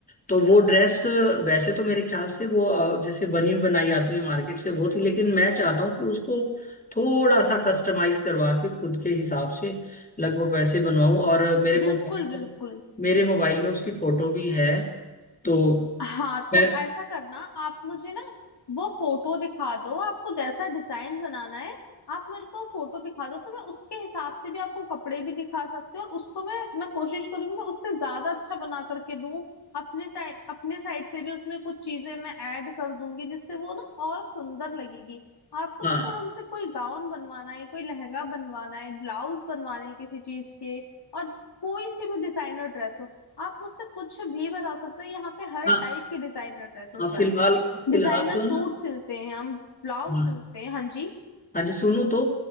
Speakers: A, on the left; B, on the left.
A: तो वो ड्रेस वैसे तो मेरे ख्याल से वो अ, जैसे बनी बनाई आती है मार्केट से वो थी लेकिन मैं चाहता हूँ कि उसको थोड़ा सा कस्टमाइज करवा के खुद के हिसाब से लगभग वैसे बनवाऊं और मेरे
B: बिल्कुल
A: मोबाइल
B: बिल्कुल
A: में मेरे मोबाइल में उसकी फोटो भी है तो
B: हाँ तो
A: है
B: ऐसा करना आप मुझे ना वो फोटो दिखा दो आपको जैसा डिजाइन बनाना है आप मेरे को फोटो दिखा दो तो मैं उसके हिसाब से भी आपको कपड़े भी दिखा सकती हूँ और उसको मैं मैं कोशिश करूंगी मैं उससे ज्यादा अच्छा बना करके दूं अपने टाइम अपने साइड से भी उसमें कुछ चीजें मैं ऐड कर दूंगी जिससे वो ना और सुंदर लगेगी आपको
A: हाँ
B: जैसे हमसे कोई गाउन बनवाना है कोई लहंगा बनवाना है ब्लाउज बनवाना है किसी चीज के और कोई से भी डिजाइनर ड्रेस हो आप मुझसे कुछ भी बता सकते हो यहाँ पे हर
A: हाँ
B: टाइप की डिजाइनर ड्रेसेस
A: हाँ
B: बनती
A: फिलहाल
B: हैं
A: फिलहाल
B: डिजाइनर
A: तो
B: सूट
A: ना
B: सिलते हैं हम ब्लाउज
A: हाँ
B: सिलते हैं हाँ जी
A: हाँ जी सुनो तो